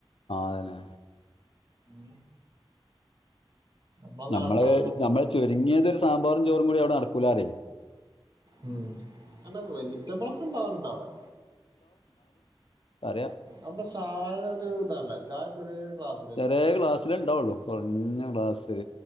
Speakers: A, on the left; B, on the right.
A: ആഹ അതന്നെ
B: ഉം നമ്മളെ
A: നമ്മള്
B: നാടിനോക്കും
A: നമ്മളെ ചുരുങ്ങിയതു സാമ്പാറും ചോറും കൂടി അവിടെ നടക്കൂലനറ.
B: ഉം അന്ന വെജിറ്റബിൾ ഒക്കെ ഉണ്ടാവലുണ്ട്. അവിടെ
A: ആറിയ
B: അവിടെ ചായ ഒരു ഇതല്ലേ ചായ ചെറിയൊരു ക്ലാസ്.
A: ചെറിയ ക്ലാസ്സില് ഉണ്ടാവുള്ളു കുറഞ്ഞ ക്ലാസ്ൽ